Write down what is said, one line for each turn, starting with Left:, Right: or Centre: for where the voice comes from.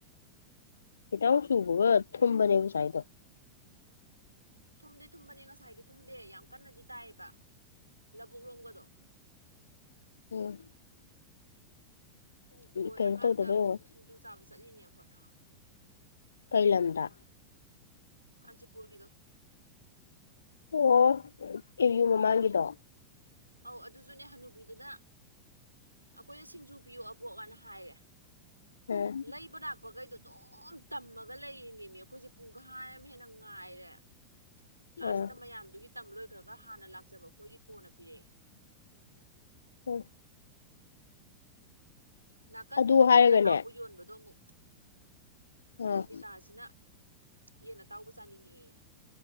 Left: ꯈꯤꯇꯪ ꯆꯨꯕꯒ ꯊꯨꯝꯕꯅꯦꯕ ꯑꯁꯥꯏꯗꯣ
Right: ꯊꯨꯝꯗꯤ ꯊꯨꯝꯕꯅꯦ ꯉꯁꯥꯏꯗꯤ ꯊꯨꯝꯗꯦ ꯌꯥꯝ ꯀꯟꯅꯗꯤ ꯇꯥꯏꯌꯦꯕ ꯂꯕꯨꯛꯔꯣꯝꯒꯗꯣ
Left: ꯑꯝ
Right: ꯂꯣꯏꯔꯀꯥꯟꯗ
Left: ꯀꯩꯅꯣ ꯇꯧꯗꯕꯩ
Right: ꯑꯃꯨꯛ
Left: ꯑꯣꯏꯔꯝꯒꯅꯤ
Right: ꯁꯤꯡꯖꯨ ꯆꯥꯕ ꯆꯠꯂꯤꯅꯦ ꯑꯈꯣꯏ
Left: ꯀꯩ ꯂꯝꯗꯥ
Right: ꯀꯥꯟꯆꯤꯄꯨꯔꯒꯤꯗꯣ
Left: ꯑꯣ ꯑꯦꯝ ꯌꯨ ꯃꯃꯥꯡꯒꯤꯗꯣ
Right: ꯑꯧ ꯑꯗꯨꯁꯨꯅꯦ ꯍꯅꯨꯕꯤꯗꯨꯅ ꯑꯩꯈꯣꯏꯗ ꯁꯤꯡꯖꯨ ꯄꯤꯌꯣ ꯕꯣꯛꯑꯣꯅ ꯍꯥꯏꯔꯦ
Left: ꯑꯥ
Right: ꯂꯩꯕ ꯂꯥꯛꯄꯈꯩꯗꯣ ꯑꯗꯨꯝ ꯇꯝꯃꯒ ꯂꯩꯔꯤꯅꯦꯃꯦ ꯑꯩꯈꯣꯏꯁꯦ ꯄꯨꯡꯈꯥꯏ ꯑꯃ ꯍꯦꯟꯅ ꯉꯥꯏꯔꯦ ꯂꯥꯁꯇ
Left: ꯑꯥ
Right: ꯃꯌꯥꯝꯗꯨꯒꯤ ꯇꯝ ꯂꯣꯏꯈ꯭ꯔꯒ ꯍꯥꯟꯅ ꯂꯥꯛꯆꯕ ꯑꯩꯈꯣꯏꯒꯤ ꯀꯣꯟꯅ ꯄꯤꯔꯛꯑꯦ
Left: ꯎꯝ
Right: ꯅꯥꯀꯟꯗꯨꯗ
Left: ꯑꯗꯨ ꯍꯥꯏꯔꯒꯅꯦ
Right: ꯌꯦꯟ ꯑꯇꯥꯎꯕ ꯌꯣꯟꯕꯗꯣ ꯑꯃꯨꯛ
Left: ꯑꯥ
Right: ꯔꯣꯕꯤꯠ ꯇꯥꯥꯁꯤꯅ ꯌꯦꯟ ꯑꯇꯥꯎꯕ ꯆꯥꯅꯤꯡꯉꯦꯌꯦ